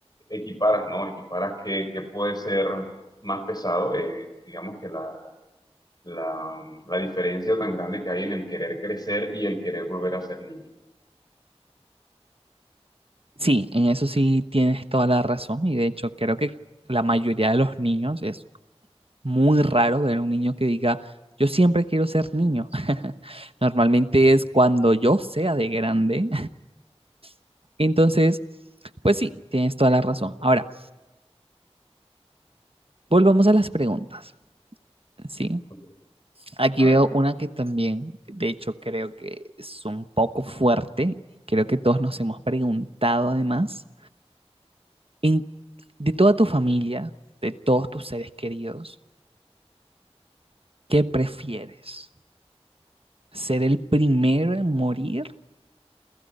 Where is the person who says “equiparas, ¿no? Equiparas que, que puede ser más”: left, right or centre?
Left